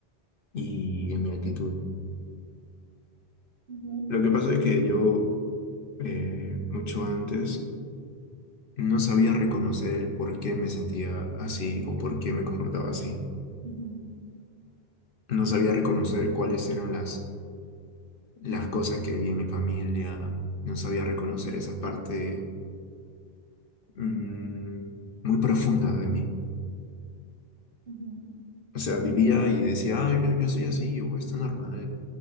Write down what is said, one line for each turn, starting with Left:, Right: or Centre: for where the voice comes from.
Left: y en mi actitud.
Right: Ujú,
Left: Lo que pasa es que yo, eh, mucho antes, no sabía reconocer el por qué me sentía así o por qué me comportaba así.
Right: ujú,
Left: No sabía reconocer cuáles eran las las cosas que vi en mi familia, no sabía reconocer esa parte mm, muy profunda de mí.
Right: ujú.
Left: O sea, vivía y decía, ah yo, yo soy así, o esto es normal,